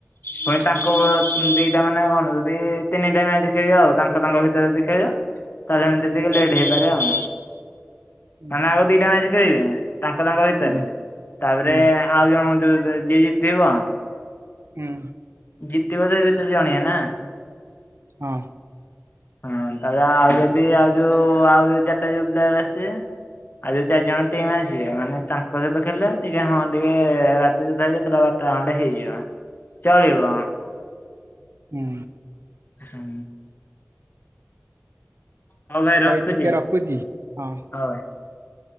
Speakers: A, on the left; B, on the right.
A: ପୁଣି ତାଙ୍କ ଦି ଦିଟା ମାନେ କଣ ଯଦି ତିନିଟା ମ୍ୟାଚ ଖେଳିବା ଆଉ। ତାଙ୍କ ତାଙ୍କ ଭିତରେ ଯଦି ଖେଳିବ, ତାହେଲେ ଏମତି ଟିକେ ଲେଟ୍ ଟିକେ ହେଇପାରେ ଆଉ।
B: ହୁଁ
A: ମାନେ ଆଗ ଦିଟା ମ୍ୟାଚ ଖେଳିବେ ତାଙ୍କ ତାଙ୍କ ଭିତରେ,
B: ହୁଁ
A: ତାପରେ
B: ହୁଁ
A: ଆଉ ଜଣଙ୍କୁ ଯୋଉ ଯିଏ ଜିତିବ
B: ହୁଁ।
A: ଜିତିବ ତ ସେ ଭିତରୁ ଜଣିଏ ନା।
B: ହଁ।
A: ହଁ, ତାପରେ ଆଉ ଯଦି ଆଉ ଯୋଉ ଆଉ ଯୋଉ ଚାରିଟା ଯୋଉ ପ୍ଲେୟାର ଆସିବେ ଆଉ ଯୋଉ ଚାରି ଜଣ ଟିମ୍ ଆସିବେ, ମାନେ ତାଙ୍କ ସହିତ ଖେଳିଲେ ଟିକେ ହଁ ଟିକେ ରାତି ତଥାପି କେତେଟା ବାର ବାରଟା ଖଣ୍ଡେ ହେଇଯିବ, ଚଳିବ।
B: ହୁଁ।
A: ହଁ। ହଉ ଭାଇ ରଖୁଛି,
B: ଟିକେ ରଖୁଛି ହଁ।
A: ହଉ